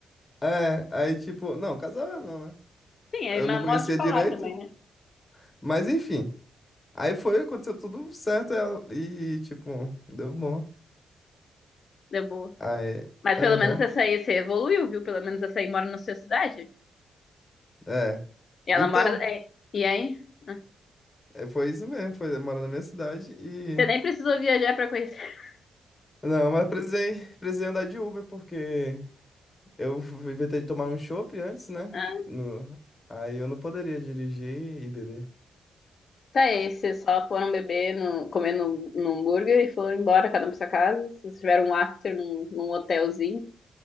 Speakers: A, on the left (about 25°); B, on the left (about 60°).
A: É, aí tipo, não, casava não, né?
B: Sim, é
A: Eu
B: meu
A: não conhecia
B: modo de falar
A: direito,
B: também, né?
A: mas enfim. Aí foi, aconteceu tudo certo ela- e, tipo, deu bom.
B: Deu boa.
A: Aí,
B: Mas
A: aham,
B: pelo menos essa aí você evoluiu, viu? Pelo menos essa aí mora na sua cidade.
A: é.
B: E ela
A: Então,
B: mora. é, E aí? Ah,
A: é, foi isso mesmo, foi morar na minha cidade e...
B: Você nem precisou viajar pra conhecer. <laughs>
A: Não, mas precisei, precisei andar de Uber porque eu inventei de tomar um chopp antes, né?
B: Ah,
A: No... Aí eu não poderia dirigir e beber.
B: tá aí, vocês só foram beber, no, comer no, no hambúrguer e foram embora, cada um pra sua casa. Vocês tiveram um after num, num hotelzinho.